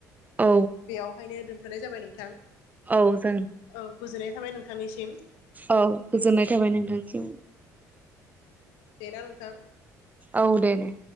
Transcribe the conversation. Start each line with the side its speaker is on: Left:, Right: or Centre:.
Right: औ
Left: बेयावहायनो दोनथ'नाय जाबाय नोंथां।
Right: औ जों
Left: औ गोजोननाय थाबाय नोंथांनिसिम।
Right: औ गोजोननाय थाबाय नोंथांनिफ्राय।
Left: बेना नोंथां
Right: औ दे दे